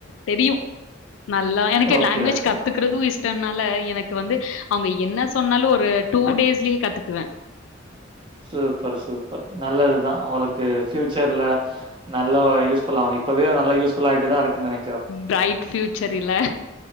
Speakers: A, on the left; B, on the right.
A: தெரியு நல்லா எனக்கு
B: ஓகே
A: லாங்குவேஜ்
B: ஓகே.
A: கத்துக்கறது இஷ்டம்னால எனக்கு வந்து அவுங்க என சொன்னாலு ஒரு டூ டேஸ்லயே கத்துக்குவே
B: சூப்பர் சூப்பர் நல்லதுதா ஒங்ளுக்கு ஃப்யூச்சர்ல நல்ல யூஸ்ஃபுல் ஆ இப்பவே நல்ல யூஸ்புல் ஆயிட்டு தா இருக்கு நென
A: ஃபிரைட் ஃப்யூச்சர் இல்ல